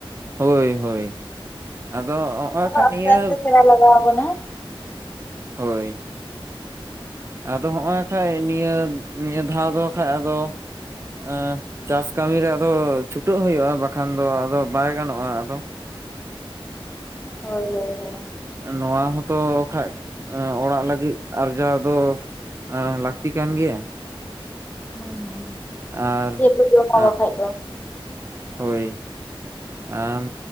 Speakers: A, on the right (about 30°); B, on the left (about 20°).
A: ᱦᱳᱭ ᱦᱳᱭ ᱟᱫᱚ ᱦᱚᱸᱜᱼᱚᱭ ᱠᱷᱟᱱ
B: ᱟᱥᱛᱮ
A: ᱱᱤᱭᱟᱹ
B: ᱟᱥᱛᱮ ᱥᱮᱬᱟ ᱞᱟᱜᱟᱣ ᱵᱚᱱᱟ᱾
A: ᱦᱳᱭ ᱟᱫᱚ ᱦᱚᱸᱜᱼᱚᱭ ᱠᱷᱟᱱᱡ ᱱᱤᱭᱟᱹ ᱱᱤᱭᱟᱹ ᱫᱷᱟᱣ ᱫᱚ ᱠᱷᱟᱱ ᱟᱫᱚ ᱟᱸ ᱪᱟᱥ ᱠᱟᱹᱢᱤ ᱨᱮ ᱟᱫᱚ ᱪᱷᱩᱴᱟᱹᱜ ᱦᱩᱭᱩᱜᱼᱟ ᱵᱟᱠᱷᱟᱱ ᱫᱚ ᱟᱫᱚ ᱵᱟᱭ ᱜᱟᱱᱚᱜᱼᱟ ᱟᱫᱚ
B: ᱦᱳᱭ ᱦᱳᱭ ᱦᱳᱭ
A: ᱱᱚᱣᱟ ᱦᱚᱸᱛᱚ ᱠᱷᱟᱡ ᱚᱲᱟᱜ ᱞᱟᱹᱜᱤᱫ ᱟᱨᱡᱟᱣ ᱫᱚ ᱟ ᱞᱟᱹᱠᱛᱤ ᱠᱟᱱ ᱜᱮᱭᱟ
B: ᱟᱱᱟ ᱢᱟ ᱦᱩᱸ
A: ᱟᱨ
B: ᱪᱮᱫ ᱵᱚ ᱡᱚᱢᱟ
A: ᱟᱸᱜ
B: ᱵᱟᱠᱷᱟᱡ ᱫᱚ
A: ᱦᱳᱭ ᱟᱢ